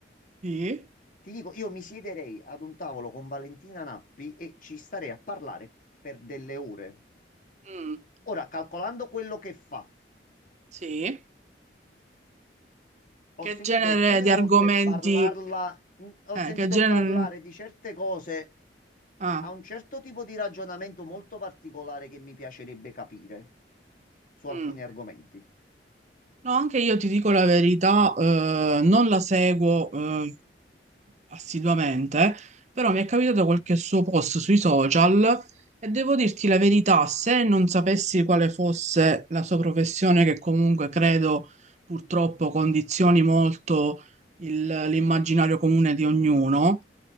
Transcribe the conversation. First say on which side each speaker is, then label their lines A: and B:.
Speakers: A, on the right; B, on the left.
A: sì,
B: Ti dico, io mi siederei ad un tavolo con Valentina Nappi e ci starei a parlare per delle ore.
A: mm,
B: Ora, calcolando quello che fa
A: sì.
B: Ho
A: Che
B: sentito
A: genere
B: alcune
A: di
B: volte
A: argomenti?
B: parlarla, mh, ho
A: eh,
B: sentito
A: che genere?
B: parlare di certe cose
A: Ah,
B: a un certo tipo di ragionamento molto particolare che mi piacerebbe capire su
A: mm.
B: alcuni argomenti.
A: No, anche io ti dico la verità, eh, non la seguo eh, assiduamente, però mi è capitato qualche suo post sui social e devo dirti la verità, se non sapessi quale fosse la sua professione, che comunque credo purtroppo condizioni molto il- l'immaginario comune di ognuno,